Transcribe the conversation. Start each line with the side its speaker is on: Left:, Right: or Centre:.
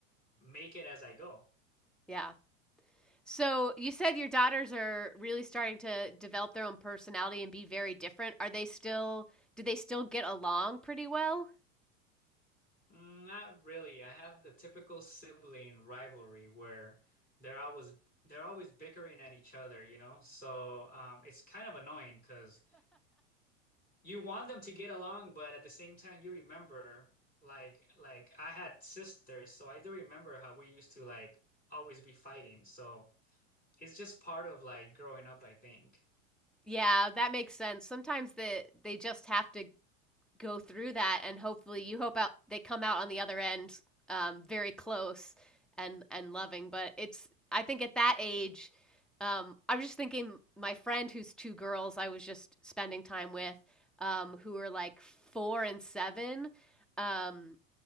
Left: make it as I go.
Centre: Yeah. So you said your daughters are really starting to develop their own personality and be very different. Are they still, do they still get along pretty well?
Left: Mm, Not really. I have the typical sibling rivalry where they're always they're always bickering at each other, you know? So um, it's kind of annoying because you want them to get along, but at the same time, you remember like like I had sisters, so I do remember how we used to like always be fighting. So it's just part of like growing up, I think.
Centre: Yeah, that makes sense. Sometimes the they just have to go through that and hopefully you hope out they come out on the other end, um, very close and and loving, but it's I think at that age, um, I was just thinking my friend who's 2 girls I was just spending time with, um, who were like 4 and 7, um,